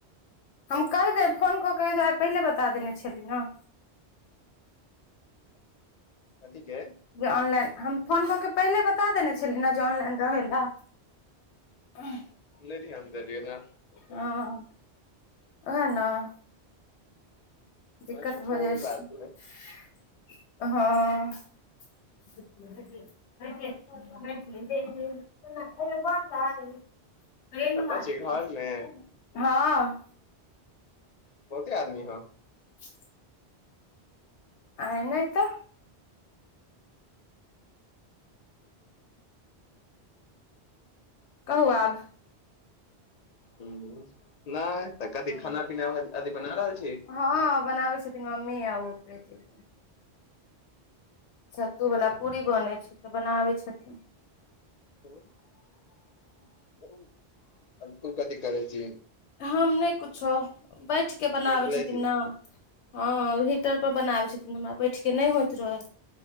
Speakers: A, on the left (about 80°); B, on the left (about 50°).
A: हम कैह देब फोन कऽ के एहि दुआरे पहिले बता देने छेली नऽ।
B: कथी के
A: जे ऑनलाइन हम फोन कऽ के पहिले बता देने छेली ने जे ऑनलाइन रहै लए। अहं
B: नैहरी हम देलियै नऽ।
A: हँ ओहे नऽ। दिक्कत
B: अच्छा कोइ
A: भऽ जाइ छै
B: बात नहि
A: हँ। <unintelligible> <unintelligible> बतै। रेनुआ
B: कतऽ छी
A: छेल्लै
B: घरमे
A: गै हँ।
B: बहुते आदमी हौ?
A: <unintelligible> आइ नै तऽ। कहू आब-
B: हूँ नैय तऽ कथि
A: हूँ
B: खाना पीना अथी बना रहल छीयै?
A: हँ बनाबै छथिन मम्मी आ उ प्रीति- सत्तुबला पूरी बनै छै तऽ बनाबै छथिन।
B: हैय <unintelligible> तू कथी करै छीही?
A: हम नै कुछो बैठ के बनाबै
B: बैठले
A: छथिन
B: छी
A: नऽ। हँ हीटर पर बनाबै छथिन तऽ हमरा बैठ के नै होइत रहै।